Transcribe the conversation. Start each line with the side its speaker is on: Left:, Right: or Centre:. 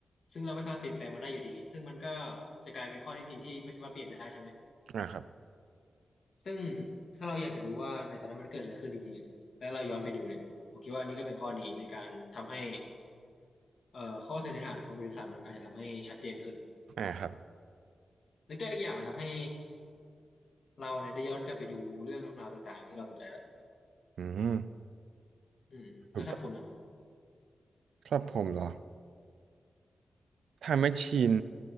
Left: ซึ่งเราไม่สามารถเปลี่ยนแปลงมันได้อยู่ดีซึ่งมันก็จะกลายเป็นข้อที่จริงที่ไม่สามารถเปลี่ยนได้ใช่ไหม
Right: อ่าครับ
Left: ซึ่งถ้าเราอยากจะรู้ว่าในตอนนั้นมันเกิดอะไรขึ้นจริงๆอะแล้วเราย้อนไปดูเนี่ยผมคิดว่าอันนี้ก็เป็นข้อดีในการทำให้เอ่อข้อสันนิษฐานทางวิทยาศาสตร์มันอาจจะทำให้ชัดเจนขึ้น
Right: อ่าครับ
Left: แล้วก็อีกอย่างมันทำให้ เราเนี่ยได้ย้อนกลับไปดูเรื่องราวต่างๆที่เราสนใจแล้ว
Right: อืม
Left: อืมแล้วสำหรับคุณอ่ะ
Right: ถูกต้องครับผมเหรอไทม์แมชชีน